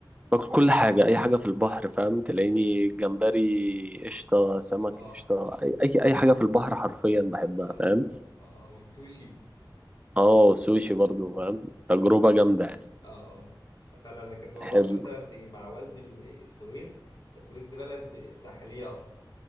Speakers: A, on the right; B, on the left.
A: باكل كل حاجة أي حاجة في البحر فاهم تلاقيني جمبري قشطة سمك
B: اه
A: قشطة أي أي أي حاجة في البحر حرفيا بحبها
B: اه
A: فاهم
B: اه والسوشي
A: اه والسوشي برضه فاهم تجربة جامدة يعني
B: اه اه فعلا انا كنت بروح
A: بحب
B: مثلا إيه مع والدي ال- السويس فالسويس دي بلد ساحليه اصلا